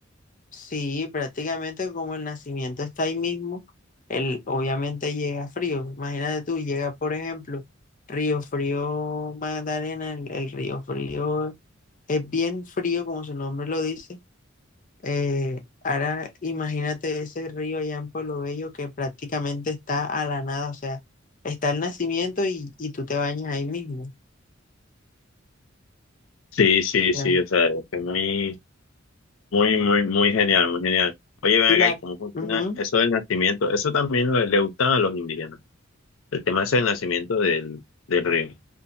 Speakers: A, on the left; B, on the left.
A: Sí, prácticamente como el nacimiento está ahí mismo, el, obviamente llega frío. Imagínate tú, llega por ejemplo Río Frío Magdalena, el, el Río Frío es bien frío como su nombre lo dice. Eh, ahora imagínate ese río allá en Pueblo Bello que prácticamente está a la nada, o sea, está el nacimiento y, y tú te bañas ahí mismo.
B: Sí, sí,
A: Ya.
B: sí, o sea, es que muy, Muy, muy, muy genial, muy genial. Oye, ven
A: Y
B: acá,
A: la,
B: ¿y cómo funciona
A: ujú,
B: eso del nacimiento? Eso también le, le gusta a los indígenas. El tema es el nacimiento del, del río.